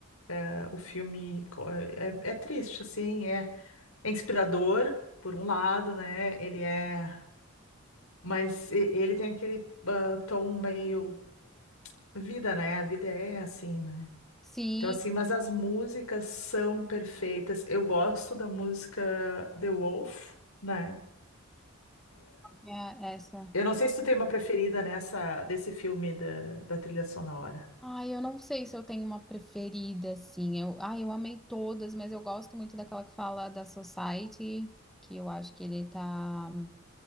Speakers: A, on the left (about 90°); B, in the centre.
A: eh, o filme co- é, é triste, assim, é, é inspirador por um lado, né? Ele é, mas e- ele tem aquele ah, tom meio vida, né? A vida é assim, né?
B: Sim,
A: Então, assim, mas as músicas são perfeitas. Eu gosto da música The Wolf, né?
B: é essa.
A: Eu não sei se tu tem uma preferida nessa desse filme da, da trilha sonora.
B: Ai, eu não sei se eu tenho uma preferida, assim. Eu, ai, eu amei todas, mas eu gosto muito daquela que fala da Society, que eu acho que ele tá.